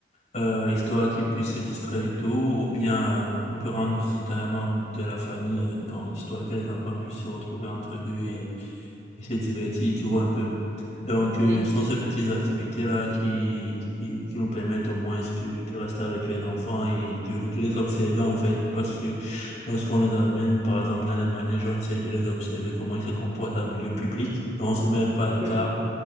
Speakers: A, on the left; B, on the right.
A: euh, histoire qu'ils puissent se distraire et tout, ou bien euh, on peut rendre visite à un membre de la famille, donc histoire que les enfants puissent se retrouver entre eux et, et se divertir, tu vois un peu. Donc,
B: Oui,
A: euh,
B: bien
A: ce sont
B: sûr.
A: ces petites activités-là qui, qui, qui nous permettent au moins de, de rester avec les enfants et de, de les observer, en fait, parce que lorsqu'on les amène, par exemple, dans les manèges, on essaie de les observer, comment ils se comportent en milieu public, et on se met un peu à l'écart
B: Mm,